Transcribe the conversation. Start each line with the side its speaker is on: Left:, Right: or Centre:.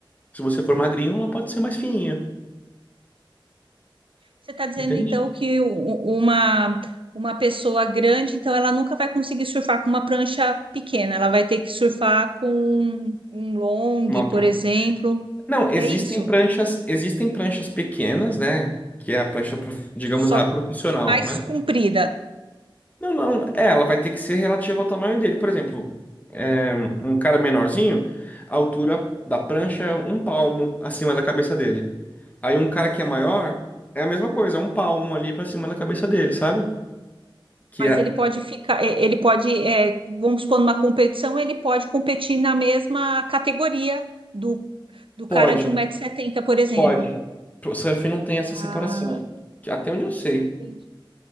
Left: Se você for magrinho, ela pode ser mais fininha.
Right: Você está dizendo
Left: Entende?
Right: então que u- uma uma pessoa grande, então ela nunca vai conseguir surfar com uma prancha pequena, ela vai ter que surfar com um um long,
Left: Uma
Right: por
Left: pro-
Right: exemplo.
Left: Não, existem
Right: É isso.
Left: pranchas, existem pranchas pequenas, né? Que é a prancha, prof- digamos,
Right: Só
Left: a profissional,
Right: que mais
Left: né?
Right: comprida.
Left: Não, não, é, ela vai ter que ser relativa ao tamanho dele. Por exemplo, é, um cara menorzinho, a altura da prancha é um palmo acima da cabeça dele. Aí um cara que é maior, é a mesma coisa, é um palmo ali pra cima da cabeça dele, sabe? Que
Right: Mas
Left: é,
Right: ele pode ficar, e- ele pode, é, vamos supor, numa competição, ele pode competir na mesma categoria do, do cara
Left: pode,
Right: de um 170 setenta, por exemplo.
Left: pode. O surf não tem essa
Right: Ah,
Left: separação. Que até onde eu sei,
Right: entendi.